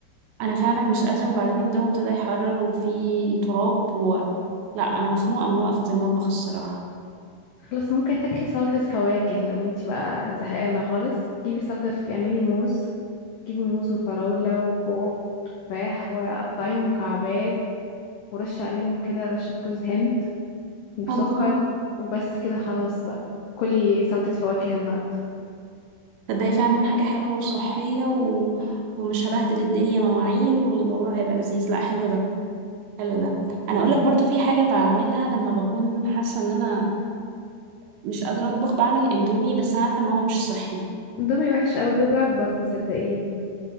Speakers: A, on the right; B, on the left.
A: انا فعلا مش قادره وبعدين الجو ابتدى يحرر وفي تراب و... لا انا مخنوقه من وقفه المطبخ الصراحه
B: خلاص ممكن تاكلي سلطه فواكه لو انتي بقى زهقانه خالص جيبي سلطه اعملي موز جيبي موز وفراوله وخوخ وتفاح وقطعيهم مكعبات ورشي عليهم كده رشه جوز هند وسكر
A: الله
B: وبس كده خلاص بقى كلي سلطه فواكه النهارده
A: تصدقي فعلا حاجه حلوه وصحيه و... ومش هبهدل الدنيا مواعين والموضوع هيبقى لذيذ لا حلو ده حلو ده انا اقول لك برضو في حاجه بعملها لما بكون حاسه ان انا مش قادره اطبخ بعمل اندومي بس انا عارفه ان هو مش صحي
B: اندومي وحش قوي بيوجع البطن صدقيني